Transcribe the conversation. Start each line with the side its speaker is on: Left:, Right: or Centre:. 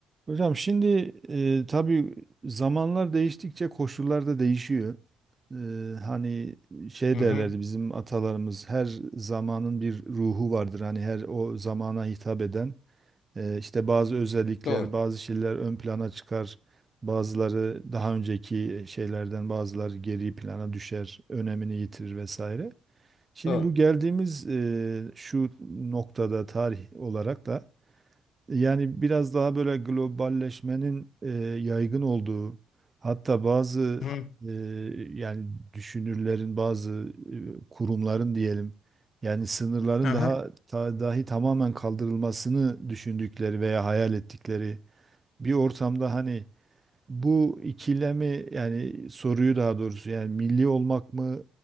Right: Hocam şimdi e, tabii zamanlar değiştikçe koşullar da değişiyor. E, hani şey
Left: Hı hı.
Right: derlerdi bizim atalarımız her zamanın bir ruhu vardır. Hani her o zamana hitap eden e, işte bazı özellikler,
Left: Doğru.
Right: bazı şeyler ön plana çıkar. Bazıları daha önceki şeylerden bazıları geri plana düşer, önemini yitirir vesaire. Şimdi
Left: Doğru.
Right: bu geldiğimiz e, şu noktada tarih olarak da yani biraz daha böyle globalleşmenin e, yaygın olduğu, hatta bazı
Left: Hı. hı.
Right: e, yani düşünürlerin, bazı e, kurumların diyelim, yani sınırların
Left: Aha.
Right: daha ta- dahi tamamen kaldırılmasını düşündükleri veya hayal ettikleri bir ortamda hani bu ikilemi yani soruyu daha doğrusu yani milli olmak mı